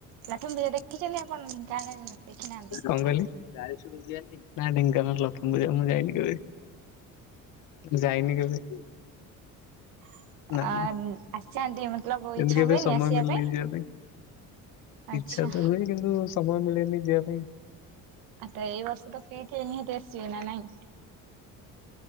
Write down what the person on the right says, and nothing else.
ଲକ୍ଷ୍ମୀ ପୂଜା ଦେଖିଛନ୍ତି ଆପଣ ଡେଙ୍କାନାଲ ରେ ନା ଦେଖିନାହାନ୍ତି?
<inaudible>
ଅ ଆସଛନ୍ତି
ମତଲବ
ଇଚ୍ଛା
ହୁଏନି
ଆସିବା
ପାଇଁ?
ଆଚ୍ଛା।
ଆ ତ ଏଇ ବର୍ଷ ତ ଫ୍ରି ଥିବେ ନିହାତି ଆସିବେ ନା ନାଇଁ?